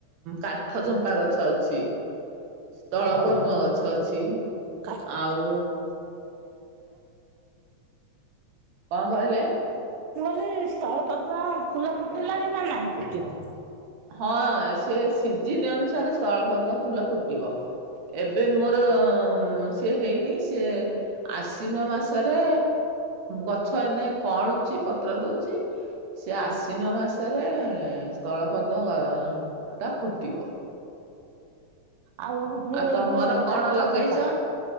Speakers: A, on the right (about 70°); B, on the right (about 80°).
A: କାଠଚମ୍ପା ଗଛ ଅଛି। ସ୍ଥଳ
B: ହଁ
A: ପଦ୍ମ ଗଛ ଅଛି
B: କ
A: ଆଉ କଣ କହିଲେ?
B: ମୁଁ କହିଲି ସ୍ଥଳପଦ୍ମ ଫୁଲ ଫୁଟିଲାଣି ନା ନାହିଁ ଫୁଟିନି।
A: ହଁ ସେ ସିଜିିନ ଅନୁସାରେ ସ୍ଥଳପଦ୍ମ ଫୁଲ ଫୁଟିବ। ଏବେ ମୋର ସିଏ ହେଇନି ସେ ଆଶ୍ଵିନ ମାସରେ ଗଛ ଏନେ କଉଁଳୁଛି ପତ୍ର ଦଉଛି। ସେ ଆଶ୍ଵିନ ମାସରେ ସ୍ଥଳପଦ୍ମ ଟା ଫୁଟିବ।
B: ଆଉ ଇଏ
A: ତମର
B: ଯୋଉ
A: କଣ
B: କାଠ
A: ଲଗେଇଛ
B: ଚମ୍ପା